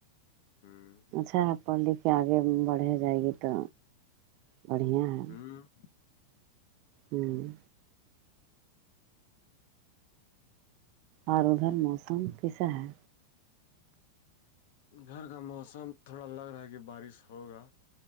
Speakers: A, on the left; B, on the right.
A: ہوں
B: اچھا ہے پڑھ لکھ کے آگے بڑھے جائے گی تو بڑھیا ہے
A: ہوں
B: ہوں اور ادھر موسم کیسا ہے
A: گھر کا موسم تھوڑا لگ رہا ہے کہ بارش ہوگا